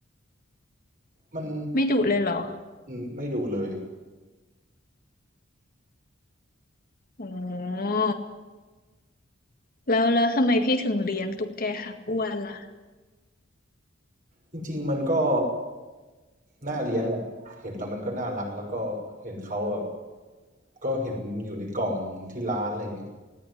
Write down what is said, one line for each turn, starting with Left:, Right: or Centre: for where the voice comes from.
Right: มัน
Left: ไม่ดุเลยเหรอ
Right: อืมไม่ดุเลย
Left: อ๋อแล้วแล้วทำไมพี่ถึงเลี้ยงตุ๊กแกหางอ้วนล่ะ
Right: จริงๆมันก็น่าเลี้ยงแหละเห็นแล้วมันก็น่ารักแล้วก็เห็นเขาแบบก็เห็นอยู่ในกล่องที่ร้านอะไรเงี้ย